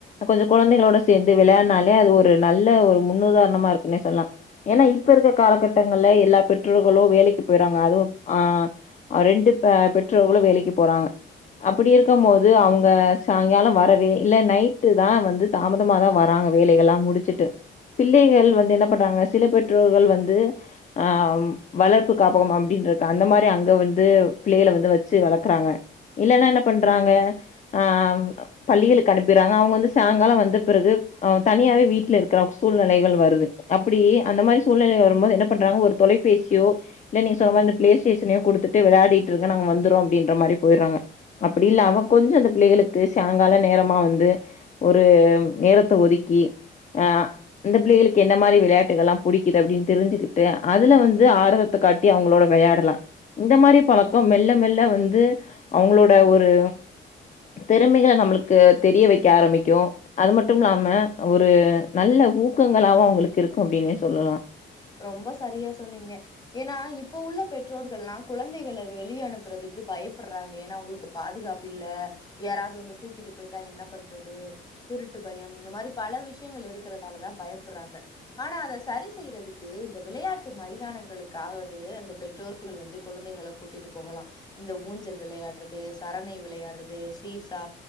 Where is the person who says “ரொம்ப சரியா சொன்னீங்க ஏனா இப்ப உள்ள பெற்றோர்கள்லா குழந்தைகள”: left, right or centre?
Left